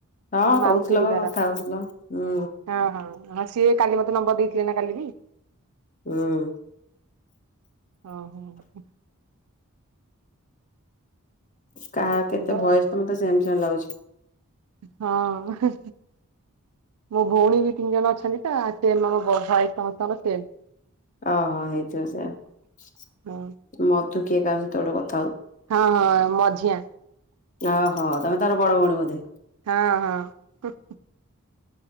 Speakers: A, on the left; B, on the right.
A: ହଁ
B: ମୁଁ ମାଉସୀ
A: କହୁଥିଲ
B: ହେବି
A: ବା
B: ତାର
A: କଥା ହଉଥିଲ ହୁଁ
B: ହଁ ହଁ ହ ସିଏ କାଲି ମୋ ନମ୍ବର ଦେଇଥିଲେ ନା କାଲି ବି।
A: ହୁଁ।
B: ଓ ହୋ।
A: କାହା
B: ଆଉ
A: କେତେ
B: କୁହ
A: ଭଏସ ତ ମୋତେ ସେମ <unintelligible> ଲାଗୁଛି।
B: ହଁ ମୋ ଭଉଣୀ ବି ତିନି ଜଣ ଅଛନ୍ତି ତ ସେମ ଆମ ବଡ ଭାଇ ସମସ୍ତଙ୍କ ସେମ୍
A: ଓ ହୋ ହେଇଥିବ ସେୟା
B: ହଁ
A: ମ ତୁ କୀୟ କାହାକୁ ତକ
B: ହଁ ହଁ ମଝିଆ।
A: ଓ ହୋ ତମେ ତାର ବଡ ଭଉଣୀ ବୋଧେ?
B: ହଁ ହଁ।